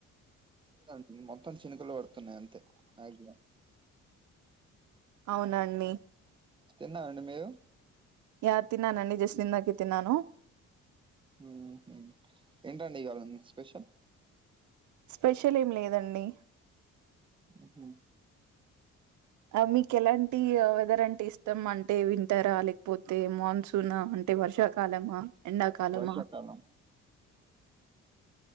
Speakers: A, on the right; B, on the right.
A: ఆ మొత్తం చినుకులు పడుతున్నాయి అంతే మక్సిమం
B: అవునా అండి
A: తిన్నరండి మీరు
B: యా తిన్నానండి జస్ట్ ఇందాకే తిన్నాను
A: ఉహు ఏంటండి ఇవాళ మీ స్పెషల్
B: స్పెషల్ ఏం లేదండి
A: ఉహుమ్
B: అ మీకు ఎలాంటి అ వెదర్ అంటే ఇష్టం అంటే విన్ టరా లేకపోతే మాన్సూన్ అ అంటే వర్షాకాలమా ఎండా కాల
A: వర్షాకాలం
B: మా